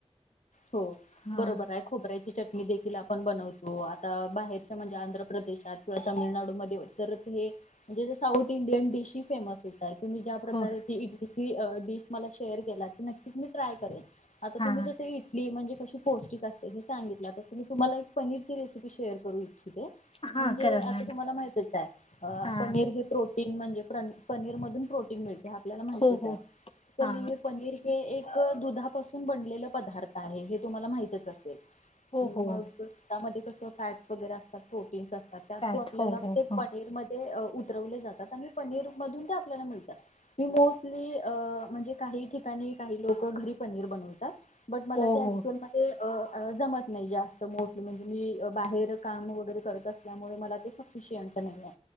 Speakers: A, on the left; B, on the left.
A: हो
B: हा
A: बरोबर आहे खोबऱ्याची चटणी देखील आप पण बनवतो आ त बाहेरच म्हणजे आंध्र प्रदेशात किंवा तामिळनाडूमध्ये तर हे म्हणजे साऊथ इंडियन डिश ही फेमस करताय तुम्ही ज्या प्रकारे
B: हो
A: ती इडली ही डीप मला शेअर केला नक्कीच मी ट्राय खरए आता
B: हा
A: तुम्ही जसं इड म्हणजे कशी पौष्टिक असते हे सांगितला तस मी तुम्हाला एक पनीरची रेसि शेअर करू इच्छिते
B: हा
A: म्हणजे
B: करा
A: आता
B: मॅम
A: तुम्हाला माहितच आहे अं
B: हा
A: पनीर हे प्रोटि म्हणजे प्रनी पनीर मधून प्रोटीन मिळते. आपल्याला माहितीच
B: हो हो
A: आहे कली
B: हा
A: पनीर हे एक दुधापासून बनलेलं पदा थ आहे हे तुम्हाला माहितच असेल.
B: हो हो
A: मग त्यामध्ये कस किंवा फॅट वगैरे असतात प्रो टिन्स असतात त्या
B: फॅट.
A: थ्रू आपल्याला
B: हो हो
A: ते
B: हो
A: पनीर मधे अ ऊ उतरवले जातात आणि पनीर मधून ते आपल्याला मिळतात मी मोस्टली अ म्हणजे काही ठिकाणी काही लोकं घरी पनीर बनवतात. बट मला
B: हो
A: ते
B: हो
A: ऍक्च्युअल मध्ये अ अ जमत नाही ये असं मोस्टली म्हणजे मी अ बाहेर काम वगैरे करत असल्यामुळे मला ते सफिशियंट नाही आहे.